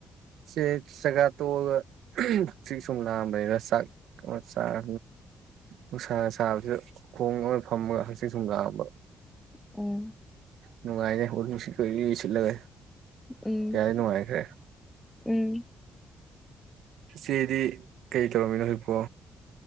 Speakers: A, on the right (about 80°); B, in the centre.
A: ꯆꯦ ꯆꯒꯥ ꯇꯣꯛꯑꯒ ꯍꯆꯤꯛ ꯁꯨꯝ ꯂꯥꯡꯑꯝꯕꯅꯤꯗ ꯆꯥꯛ ꯑꯃ ꯆꯥꯔ ꯅꯨꯡꯁꯥ ꯁꯥꯕꯁꯤꯗ ꯈꯣꯡ ꯑꯃ ꯐꯝꯃꯒ ꯍꯆꯤꯛ ꯁꯨꯝ ꯂꯥꯡꯑꯝꯕ
B: ꯎꯝ
A: ꯅꯨꯡꯉꯥꯏꯔꯦ ꯍꯣꯔ ꯅꯨꯡꯁꯤꯠ ꯀꯣꯏ ꯁꯤꯠꯂꯒ
B: ꯎꯝ
A: ꯀꯌꯥ ꯅꯨꯡꯉꯥꯏꯈ꯭ꯔꯦ
B: ꯎꯝ
A: ꯁꯤꯗꯤ ꯀꯩ ꯇꯧꯔꯝꯃꯤꯅꯣ ꯍꯧꯖꯤꯛꯄꯣ